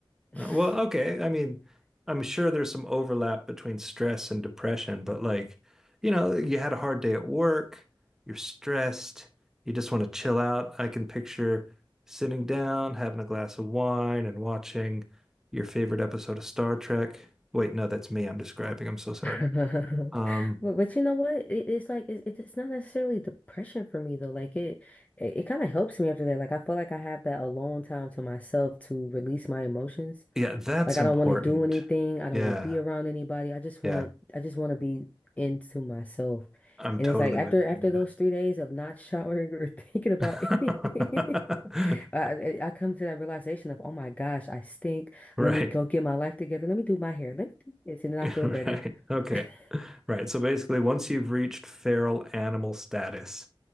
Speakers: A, on the left (about 15°); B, in the centre.
A: <laughs>
B: Uh, well, okay. I mean, I'm sure there's some overlap between stress and depression, but like, you know, you had a hard day at work, you're stressed, you just want to chill out. I can picture sitting down, having a glass of wine, and watching your favorite episode of Star Trek. Wait, no, that's me I'm describing. I'm so sorry.
A: <laughs>
B: Um,
A: But, but you know what? It, it's like it, it's not necessarily depression for me though. Like it, it, it kind of helps me after that. Like I feel like I have that alone time to myself to release my emotions.
B: yeah, that's
A: Like I
B: important.
A: don't want to do anything. I don't
B: Yeah.
A: want to be around anybody. I just
B: Yeah.
A: want I just want to be into myself.
B: I'm
A: And
B: totally
A: it's like after
B: with you.
A: after those three days of not showering or <laughs> thinking about
B: Yeah.
A: anything, <laughs>
B: <laughs>
A: I, I I come to that realization of, oh my gosh, I stink.
B: Right.
A: Let me go get my life together. Let me do my hair. Let me do this, and
B: <laughs>
A: then I feel better.
B: Right. Okay.
A: <laughs>
B: Right. So basically, once you've reached feral animal status,